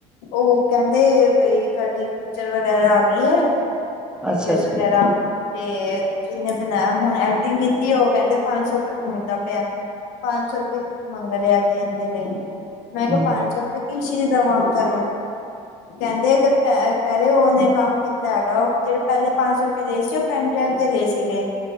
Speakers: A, on the left; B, in the centre.
A: ਉਹ ਕਹਿੰਦੇ ਬਈ ਤੁਹਾਡੀ ਟੀਚਰ ਵਗੈਰਾ ਆ ਗਈ ਹੈ। ਡੀਓਜ਼
B: ਅੱਛਾ ਅੱਛਾ
A: ਵਗੈਰਾ, ਤੇ ਜਿਨੇ ਬਣਾਇਆ ਹੁਣ ਐਕਟਿੰਗ ਕੀਤੀ ਉਹ ਕਹਿੰਦੇ ਪੰਜ ਸੌ ਪਿਆ ਪੰਜ ਸੌ ਰੁਪਏ ਮੰਗ ਲਿਆ, ਦੇਣ ਦੇ ਲਈ ਮੈਂ ਕਿਹਾ
B: ਹਮ
A: ਪੰਜ ਸੌ ਰੁਪਏ ਕੀ ਚੀ ਦੇਵਾਂ ਤੁੈਨੂੰ, ਕਹਿੰਦੇ ਅਗਰ ਪੈ ਕਹਿ ਰਹੇ ਉਹਨੇ ਕੰਮ ਕੀਤਾ ਹੈਗਾ, ਉਹ ਜਿਹੜੇ ਪਹਿਲੇ ਪੰਜ ਸੌ ਰੁਪਏ ਲਏ ਸੀ ਉਹ ਪੈਟ ਡੈਪ ਦੇ ਲਏ ਸੀਗੇ।